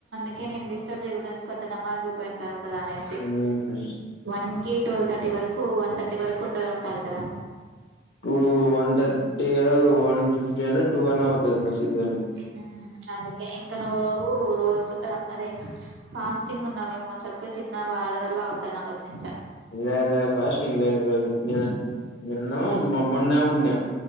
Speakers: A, on the right; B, on the left.
A: ఇంకే నేన్ డిస్టర్బ్ చేయగుదన్నుకుంటున్న నమాజ్ పోయింటావు. తదా అనేసి
B: మ్మ్
A: వన్ కి ట్వల్ థర్టీ వరకు కు వన్ థర్టీ వరకు ఉండే ఉంటది కదా
B: టూ వన్ థర్టీ గాదు వన్ ఫిఫ్టీ అని టూ వన్ అవుతది మెసేజ్ చేయినికి
A: హ్మ్ అందుకే ఇంకా నువ్వు రూజ్ అదే ఫాస్టింగ్ ఉన్నావేమోని చెప్తే తిన్నవాడగల్లా అవుతాన ఆలోచించా
B: ఇయ్యల్ల ఫాస్టింగ్ లేను ఈరోజు నేన్ నిన్నో మ మొన్నా ఉన్నే